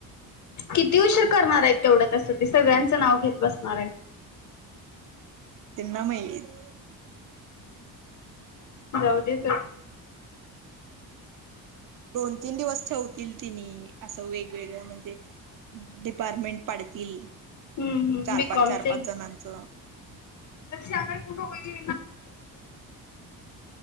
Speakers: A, on the left; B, on the right.
A: किती उशीर करणार आहेत तेवढं तस ते सगळ्यांचं नाव घेत बसणार आहेत.
B: त्यना माहित
A: जाऊ दे सोड.
B: दोन तीन दिवस ठेव. तील तेनी असं वेगवेगळं म्हणजे डिपारमेंट पाडतील
A: हम्म हम्म
B: चार-पाच,
A: बीकॉमचा
B: चार- पाच जणांच.
A: लक्षी आकाड कुठं होई.